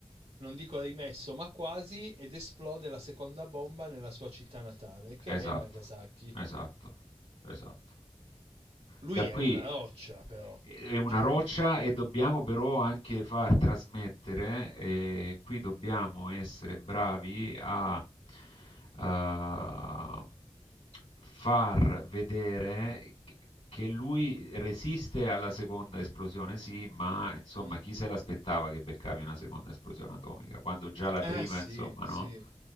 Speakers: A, on the right (about 75°); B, on the left (about 80°).
A: non dico rimesso, ma quasi, ed esplode la seconda bomba nella sua città natale, che
B: Esatto,
A: è Nagasaki.
B: esatto, esatto.
A: Lui
B: Da qui
A: è una
B: eh,
A: roccia, però.
B: è una
A: Cioè,
B: roccia
A: n-
B: e dobbiamo però anche far trasmettere, eh, e qui dobbiamo essere bravi a eh, far vedere che- che lui resiste alla seconda esplosione, sì, ma insomma
A: mm.
B: chi se l'aspettava che beccavi una seconda esplosione atomica? Quando già la
A: eh
B: prima,
A: sì,
B: insomma,
A: sì.
B: no?